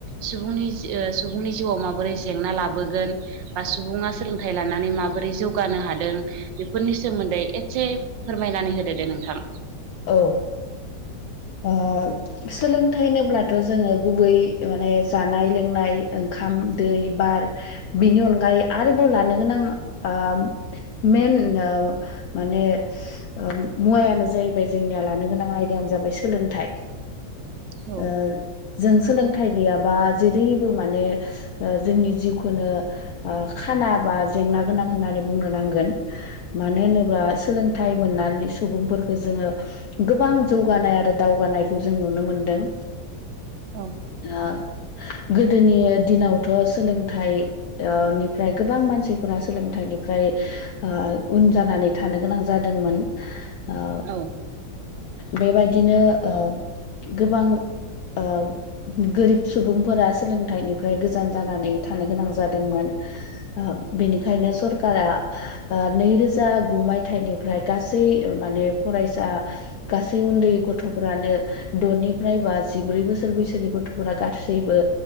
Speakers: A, on the right; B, on the left.
A: सुबुंनि जि- ओ सुबुंनि जिउआव माबोरै जेंना लाबोगोन, बा सुबुङा सोलोंथाइ लानानै माबोरै जौगानो हादों? फोरनि सोमोन्दै एसे फोरमायनानै होदो दे नोंथां।
B: औ। ओ सोलोंथाइ होनोब्लाथ' जोङो गुबै माने जानाय लोंनाय ओंखाम दै बार बिनि अनगायै आरोबाव लानो गोनां आ मेन ओ माने ओ मुवाय आनो जाहै बाय जोंनिया लानो गोनां आयदायानो जाबाय सोलोंथाइ।
A: औ
B: ओ जों सोलोंथाइ गैयाबा जेरैबो माने ओ जोंनि जिउखौनो ओ खाना बा जेंना गोनां होननानै बुंनो नांगोन। मानो होनोब्ला सोलोंथाइ मोननानै सुबुंफोरखौ जोङो गोबां जौगानाय आरो दावगानायखौ जों नुनो मोनदों।
A: औ
B: ओ गोदोनि दिनावथ' सोलोंथाइ ओ निफ्राय गोबां मानसिफोरा सोलोंथाइनिफ्राय ओ उन जानानै थानो गोनां जादोंमोन। ओ
A: औ
B: बेबायदिनो ओ गोबां ओ गोरिब सुबुंफोरा सोलोंथाइनिफ्राय गोजान जानानै थानो गोनां जादोंमोन। आ बेनिखायनो सरकारा ओ नैरोजा गु मायथाइनिफ्राय गासै माने फरायसा गासै उन्दै गथ'फोरानो द'निफ्राय बा जिब्रै बोसोर बैसोनि गथ'फोरा गासैबो